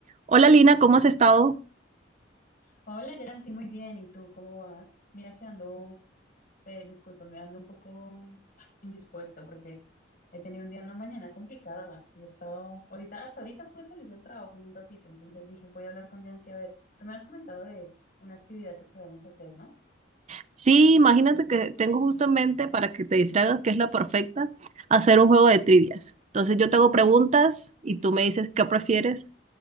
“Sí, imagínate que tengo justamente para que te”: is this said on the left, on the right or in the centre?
Right